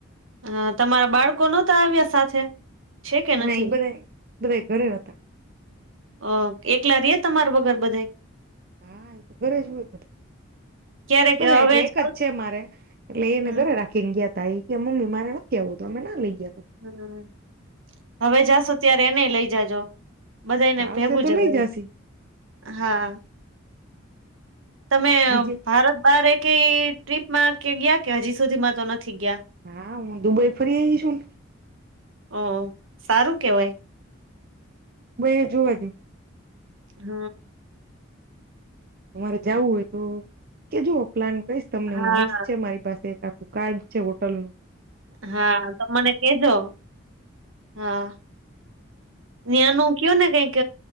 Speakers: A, on the right; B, on the right.
A: હ તમારા બાળકો નોતા આવ્યા સાથે? છે કે નથી
B: ના એ બધાય બધાય ઘરે હતા.
A: ઓ એકલા રીયે તમાર વગર બધાય.
B: હા એ તો ઘરે જ હોય બધા.
A: ક્યારેક
B: બધા
A: હવે
B: એટલે એક
A: જાવ
B: જ છે મારે એટલે એને
A: હમ
B: ઘરે રા, ખીન ગ્યાતા એ ક્યે કે મમ્મી મારે નથી આવવું તો અમે ના લઈ ગયા પછી.
A: હમ્ હવે જાશો ત્યારે એનેય લઈ જાજો. બધાયને
B: તો આવશે
A: ભેગું
B: તો
A: જવાય.
B: લઈ જશી
A: હા તમે
B: બીજે
A: ભારત બાર એકેય ટ્રીપમાં કે ગયા કે હજી સુધીમાં તો નથી ગ્યા.
B: હા હું દુબઈ ફરી આયવી છું ન.
A: ઓ સારું કેવાય.
B: <unintelligible> જીવાય ગ્યું.
A: હ..
B: તમારે જવું હોય તો કે જુઓ પ્લાન કહીશ તમને
A: હા
B: હું મસ્ત છે. મારી પાસે એક આખું હારું છે હોટલ
A: હા, તો મને કેજો હા. ત્યાંનું કયો ને કંઈક